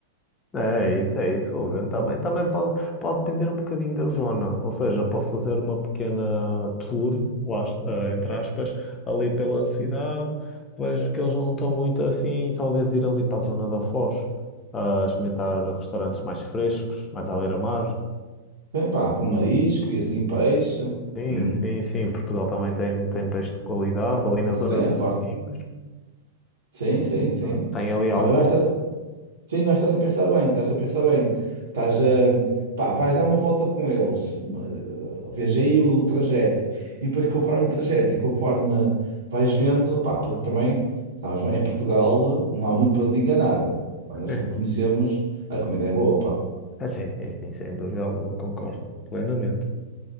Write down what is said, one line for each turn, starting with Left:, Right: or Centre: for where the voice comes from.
Left: É é isso, é isso. O vento também, também pode, pode depender um bocadinho da zona. Ou seja, posso fazer uma pequena tour, lá, eh, entre aspas, ali pela cidade. Vejo que eles não estão muito afim talvez ir ali para a zona da Foz, a experimentar restaurantes mais frescos, mais à beira-mar.
Right: Bem, pá, com marisco e assim peixe.
Left: Sim,
Right: Hum,
Left: sim, sim. Portugal também tem, tem peixe de qualidade.
Right: pá,
Left: Ali na zona
Right: sim, é
Left: de
Right: forte.
Left: Matosinhos,
Right: Sim, sim, sim.
Left: ah, tem ali algo.
Right: Pá, eu acho que estás, sim, eu acho que estás a pensar bem, estás a pensar bem. Estás a, pá, vais dar uma volta com eles. uma- eh, Vês aí o trajeto. E depois, conforme o trajeto e conforme vais vendo, pá, porque também, sabes, bem, em Portugal eh, não há muito para onde enganar. Eh, pá, nós
Left: <laughs>
Right: já conhecemos, a comida é boa, pá.
Left: Ah, sim, sim, sim, sem dúvida alguma, concordo plenamente.